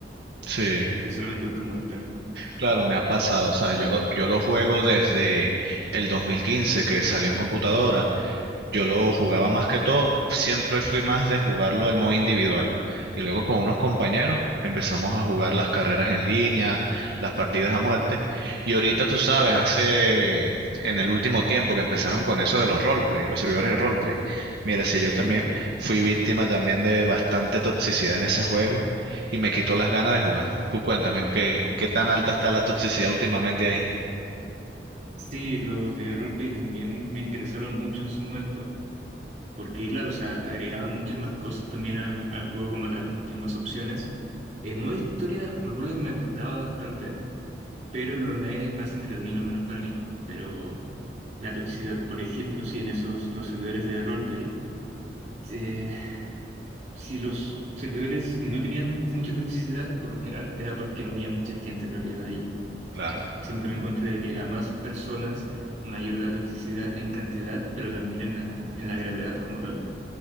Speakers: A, on the right; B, on the right.
A: Sí,
B: que solamente buscan molestar.
A: claro, me ha pasado, o sea, yo lo, yo lo juego desde el 2015 que salió en computadora Yo lo jugaba más que todo, siempre fui más de jugarlo el modo individual. Y luego con unos compañeros empezamos a jugar las carreras en línea, las partidas a muerte. Y ahorita tú sabes, hace eh, en el último tiempo que empezaron con eso de los roleplay, los servidores de roleplay. Mira, si yo
B: Sí.
A: también fui víctima también de bastante toxicidad en ese juego y me quitó las ganas de jugar. Tú cuéntame, ¿qué, qué tan alta está la toxicidad últimamente ahí?
B: Sí, los de roleplay también me interesaron mucho en su momento, porque claro, o sea, agregaban muchas más cosas también al, al juego como tal, muchas más opciones. El modo historia me acuerdo que me gustaba bastante, pero el online es más entretenido, al menos para mí. Pero la toxicidad, por ejemplo, sí, en esos los servidores de roleplay. eh, Si los servidores no tenían mucha toxicidad, por lo general era porque no había mucha gente en realidad ahí.
A: Claro.
B: Siempre me encontré de que a más personas, mayor la toxicidad en cantidad, pero también en la, en la gravedad como tal.